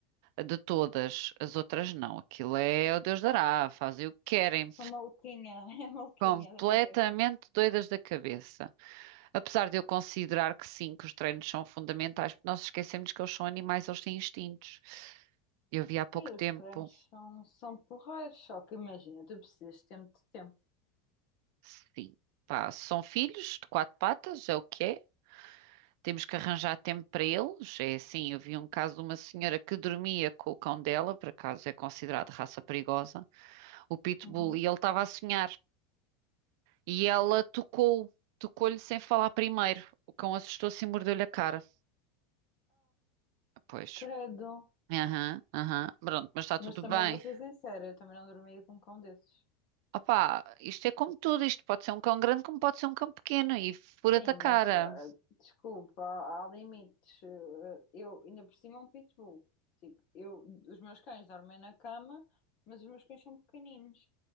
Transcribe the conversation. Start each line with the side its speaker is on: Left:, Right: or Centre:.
Right: de todas. As outras não. Aquilo é o Deus dará, fazem o que querem.
Left: Sou maluquinha, <laughs> é maluquinha
Right: Completamente
Left: da cabeça.
Right: doidas da cabeça. Apesar de eu considerar que sim, que os treinos são fundamentais, porque nós esquecemos que eles são animais, eles têm instintos. Eu vi há pouco
Left: Sim,
Right: tempo,
Left: os treinos são, são porreiros, só que imagina, tu precisas de tempo de tempo.
Right: sim, pá, são filhos de quatro patas, é o que é, Temos que arranjar tempo para eles. É assim, eu vi um caso de uma senhora que dormia com o cão dela, por acaso é considerado raça perigosa, o Pitbull,
Left: Uhum.
Right: e ele estava a sonhar. E ela tocou, tocou-lhe sem falar primeiro. O cão assustou-se e mordeu-lhe a cara. Pois.
Left: Credo.
Right: Aham, aham. Pronto, mas está
Left: Mas
Right: tudo
Left: também
Right: bem.
Left: vou ser sincera, eu também não dormia com um cão desses.
Right: Opá, isto é como tudo, isto pode ser um cão grande como pode ser um cão pequeno e fura-te
Left: Sim,
Right: a
Left: mas
Right: cara.
Left: ah, desculpa, há, há limites. Ah, eu ainda por cima é um pitbull. Tipo, eu, os meus cães dormem na cama, mas os meus cães são pequeninos.